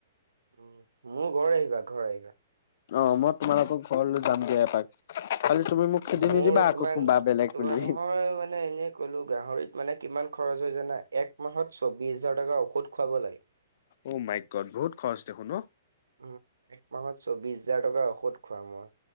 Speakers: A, on the right; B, on the left.
A: উম, মোৰ ঘৰ আহিবা, ঘৰ আহিবা।
B: অ, মই তোমালোকৰ ঘৰলৈ যাম দিয়া এপাক খালি তুমি মোক খেদি
A: মোৰ
B: নিদিবা আকৌ
A: তোমাক,
B: কোনোবা বেলেগ
A: তোমাক
B: বুলি।
A: মই মানে এনে কলো গাহৰিত মানে কিমান খৰচ হয় জানা এক মাহত চৌবিশ হাজাৰ টকাৰ ঔষধ খোৱাব লাগে।
B: অ' মাই গ'দ বহুত খৰচ দেখোন ও।
A: উম, এক মাহত চৌবিশ হাজাৰ টকাৰ ঔষধ খোৱাও মই,